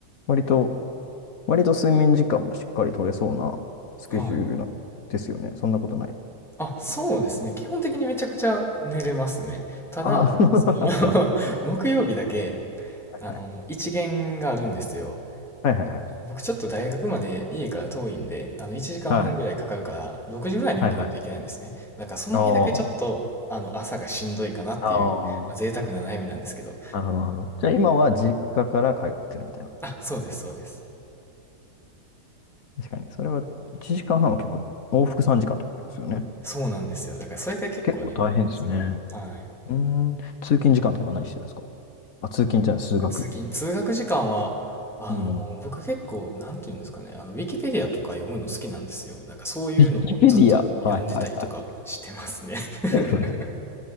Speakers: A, on the left (about 70°); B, in the centre.
A: 割と割と睡眠時間もしっかり取れそうなスケジュールのですよね。
B: はい。
A: そんなことない。
B: あ、そうですね。基本的にめちゃくちゃ寝れますね。ただ、
A: ああ、
B: その <laughs>
A: <laughs> うん。
B: 木曜日だけ、
A: はいはい。
B: あの、一限があるんですよ。
A: はいはいはい。
B: 僕ちょっと大学まで家から遠いんで、あの1時間半ぐらいかかるから、
A: はい。
B: 6時ぐらいに起きないといけないんですね。
A: はいはい。
B: だからその日だけちょっと、
A: あ
B: あの朝がしんどいかなっていう、
A: あ、ああ、
B: まあ、贅沢な悩みなんですけど。
A: なるほど、なるほど。じゃあ今は実家から通ってるみたいな。
B: あ、そうです、そうです。
A: 確かに。それは1時間半はんは結構、往復3時間ってことですよね。
B: そうなんですよ。だからそれが結構ね、
A: 結構大変ですね。
B: 辛い。はい。
A: うーん。通勤時間とか何してるんですかあ、通勤じゃない、数学。
B: あ通勤、通学時間は、あのー僕結構、
A: うん。ウ
B: なんていうんですかね、あの、ウィキペディアとか読むの好きなんですよ。なんかそういうのもずっと読んでたりとかしてますね。
A: ィキペディア。はいはいはい。
B: <laughs>
A: いや、読んでる